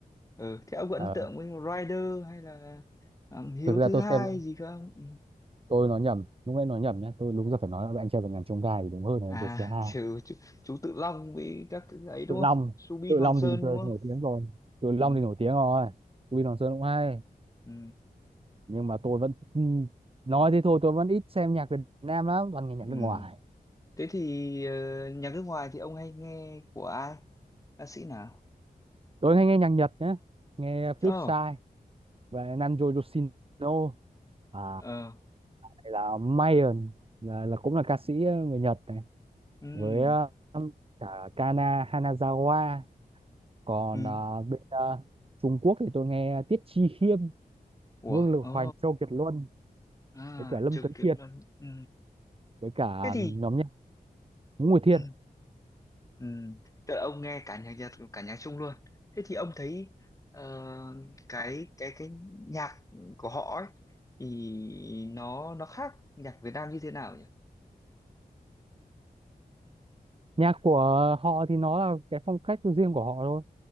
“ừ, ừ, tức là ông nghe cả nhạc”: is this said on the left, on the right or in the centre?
Left